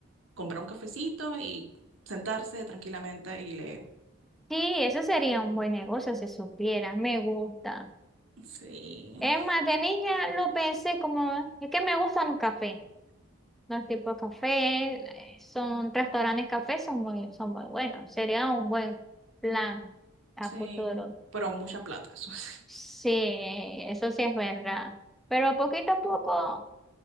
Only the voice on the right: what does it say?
comprar un cafecito y sentarse tranquilamente y leer.
Sí,
sí,
pero mucha plata, eso sí.